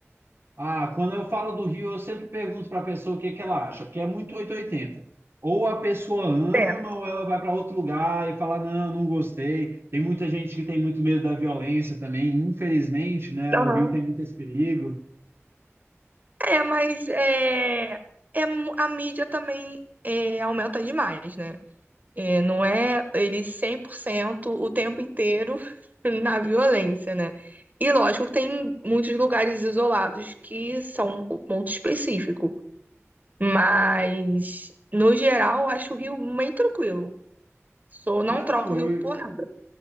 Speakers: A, on the right; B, on the right.
A: Ah, quando eu falo do Rio, eu sempre pergunto para a pessoa o que que ela acha, porque é muito oitocentos e oitenta, Ou a pessoa ama,
B: É.
A: ou ela vai para outro lugar e fala, não, não gostei. Tem muita gente que tem muito medo da violência também, infelizmente, né?
B: Aham.
A: O Rio tem muito esse perigo.
B: É, mas é, é, mu- a mídia também é, aumenta demais, né? É, não é ele 100% o tempo inteiro <laughs> na violência, né? E lógico que tem muitos lugares isolados que são o ponto específico, mas no geral eu acho o Rio meio tranquilo. Sou, não
A: Ah,
B: troco
A: não,
B: o Rio
A: eu,
B: por nada.